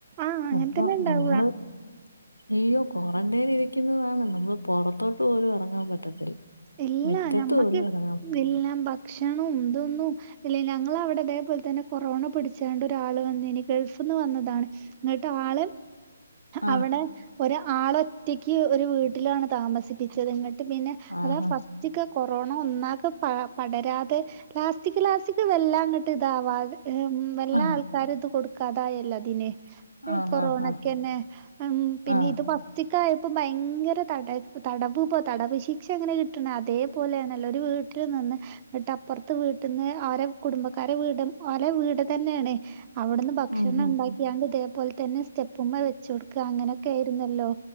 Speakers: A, on the right; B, on the left.
A: ആഹ് അങ്ങനെ
B: അപ്പൊ
A: തന്നെ ഉണ്ടാവുക
B: നമ്മള് അയ്യോ ക്വാറന്റൈൻ ഇരിക്കുന്നതാണ് നമ്മള് പുറത്തോട്ട്പോലും എറങ്ങാൻ പറ്റത്തില്ല.
A: ഇല്ലാ
B: മിറ്റത്ത്
A: ഞമ്മക്ക്
B: പോലും ഇറങ്ങാൻ
A: ഇല്ലാ ഭക്ഷണും ഇതൊന്നും ഇല്ല ഞങ്ങളൗടെ ഇതേപോലെ തന്നെ കൊറോണ പിടിച്ചാണ്ട് ഒരാള് വന്നീനി, ഗൾഫ്ന്ന് വന്നതാണ്. ഇങ്ങട്ട് ആള്
B: ആഹ്
A: അവിടെ ഒര് ആളൊറ്റെക്ക് ഒരു വീട്ടിലാണ് താമസിപ്പിച്ചത്. ഇങ്ങട്ട് പിന്നെ അതാ
B: ആഹാ
A: ഫസ്റ്റ്ക്ക് കൊറോണ ഒന്നാകെ പ പടരാതെ ലാസ്റ്റിക് ലാസ്റ്റിക്ക് വെല്ലാങ്ങട്ട് ട്ട് ഇതാവാതെ ഹ് മ് വെല്ലാ
B: ആഹ്
A: ആൾക്കാരും ഇത് കൊടുക്കാതായല്ലോ അതിന്. ഈ
B: ആഹ്
A: കൊറോണക്കെന്നെ
B: ആഹ് ആഹ്
A: ഉം പിന്നെ
B: ആഹ്
A: ഇത് ഫസ് റ്റിക്കായപ്പോ ഭയങ്കര തട തടവു പൊ തടവുശി ക്ഷെ എങ്ങനെ കിട്ട്ണെ അതേപോലാണെല്ലോ ഒരു വീട്ടിൽ നിന്ന് ന്നെട്ടപ്പറ്ത്തെ വീട്ട്ന്ന് അവരെ കുടുംബക്കാരെ വീടും ഓലെ വീട് തന്ന്യാണ്. അവിട്ന്ന് ഭക്ഷണം
B: ഉം ഉം
A: ഉണ്ടാക്കിയാണ്ട്
B: ഉം
A: ഇതേപോലെ തന്നെ സ്റ്റെപ്പുമ്മെ വെച്ചൊട്ക്കാ അങ്ങനെ ഒക്ക്യായിരുന്നല്ലോ.